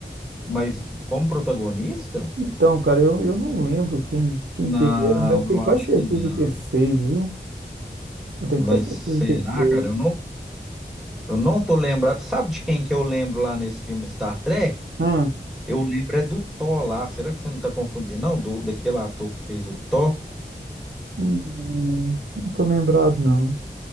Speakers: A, in the centre; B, on the right.
A: mas como protagonista?
B: Então, cara, eu, eu não lembro quem, quem
A: Não,
B: que ele era, mas eu tenho
A: eu
B: quase
A: acho
B: certeza
A: que não.
B: que ele fez, viu? Eu tenho
A: Mas
B: quase certeza
A: será,
B: que ele fez.
A: cara? Eu não, eu não tô lembrado. Sabe de quem que eu lembro lá nesse filme Star Trek?
B: Ah,
A: Eu lembro é do Thor lá. Será que você não tá confundindo, não? Do, daquele ator que fez o Thor?
B: hum, não tô lembrado, não.